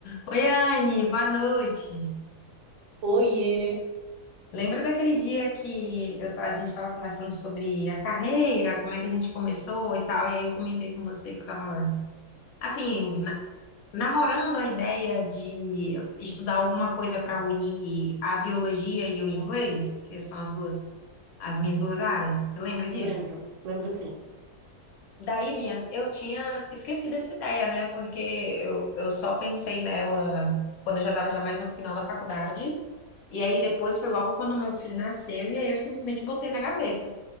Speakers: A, on the left; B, on the right.
A: Oi, Anne, boa noite.
B: Oiê,
A: Lembra daquele dia que eu ta- a gente estava conversando sobre a carreira, como é que a gente começou e tal, e aí eu comentei com você que eu estava, assim, na- namorando a ideia de estudar alguma coisa para unir a biologia e o inglês, que são as duas, as minhas duas áreas. Você lembra disso?
B: lembro, lembro sim.
A: Daí, minha, eu tinha esquecido essa ideia, né? Porque eu, eu só pensei nela quando eu já estava já mais no final da faculdade. E aí depois foi logo quando meu filho nasceu, e aí eu simplesmente botei na gaveta.